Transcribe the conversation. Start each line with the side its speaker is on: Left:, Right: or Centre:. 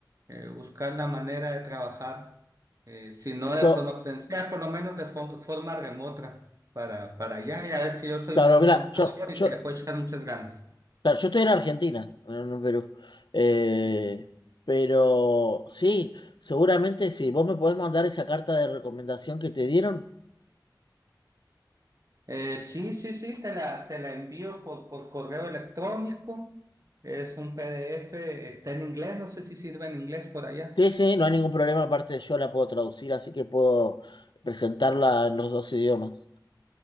Right: eh, buscar la manera de trabajar, eh, si no de
Left: Yo,
Right: forma presencial, por lo menos de fo- forma remota para, para allá. Ya ves que yo soy
Left: claro,
Right: un buen
Left: mira,
Right: contador
Left: yo,
Right: y
Left: yo,
Right: que le puedo echar muchas ganas.
Left: claro, yo estoy en Argentina, no en Perú. Eh, pero sí, seguramente sí. Vos me podés mandar esa carta de recomendación que te dieron.
Right: Eh, sí, sí, sí, te la, te la envío por, por correo electrónico. Es un PDF, está en inglés, no sé si sirve en inglés por allá.
Left: Sí, sí, no hay ningún problema, aparte yo la puedo traducir, así que puedo presentarla en los dos idiomas.